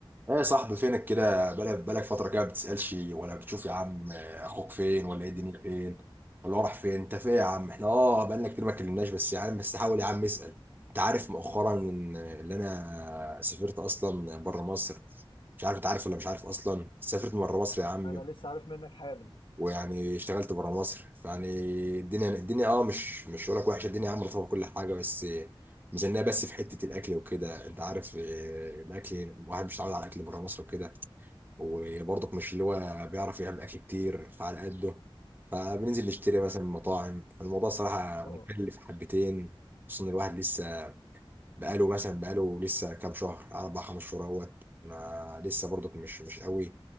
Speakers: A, on the right; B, on the left.
A: ايه يا صاحبي فينك كده بقالك بقالك فترة كده ما بتسألش ولا بتشوف يا عم آه، اخوك فين ولا ايه الدنيا فين ولا هو راح فين انت فين يا عم احنا اه بقالنا كتير ما اتكلمناش بس يا عم بس حاول يا عم اسأل انت عارف مؤخرا ان اللي انا سافرت اصلا بره مصر مش عارف انت عارف ولا مش عارف اصلا سافرت بره مصر يا عم
B: انا لسه عارف منك حالا
A: ويعني اشتغلت بره مصر فيعني الدنيا الدنيا اه مش مش هقول لك وحشة الدنيا يا عم رطبة كل حاجة بس ميزانية بس في حتة الأكل وكده أنت عارف آه، الأكل الواحد مش متعود على الأكل بره مصر وكده وبرضك مش اللي هو بيعرف يعمل اكل كتير فعلى قده فبننزل نشتري مثلا من مطاعم فالموضوع صراحة
B: اه
A: مكلف حبتين خصوصا إن الواحد لسه بقاله مثلا بقاله لسه كام شهر اربع خمس شهور اهوت ما لسه برضك مش مش قوي